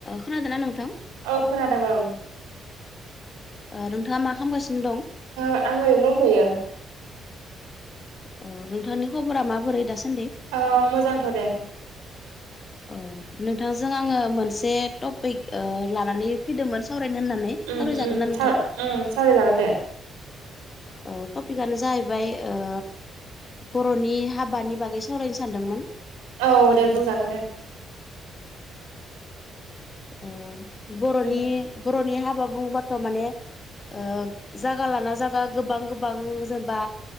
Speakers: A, on the left; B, on the right.
A: खोनादोना नोंथां?
B: औ खोनादों ओं
A: ओ नोंथाङा मा खालामगासिनो दं?
B: ओ आं ओरैनो दंथायो।
A: अ नोंथांनि खबरा माबोरै दासान्दि?
B: अ मोजांथ' दे।
A: अ नोंथांजों आङो मोनसे टपिक लानानै ओ फैदोमोन सावरायनो होननानै।
B: ओं
A: सावरायजागोन
B: ओं
A: ना नोंथां
B: ओं सावराय जागोन दे।
A: औ टपिकआनो जाहैबाय ओ बर'नि हाबानि बागै सावरायनो सानदोंमोन।
B: औ दे बुंजागोन दे।
A: ओ बर'नि
B: उम
A: बर'नि हाबा बुङोबाथ' माने ओ जायगा लाना जायगा गोबां गोबां जेनबा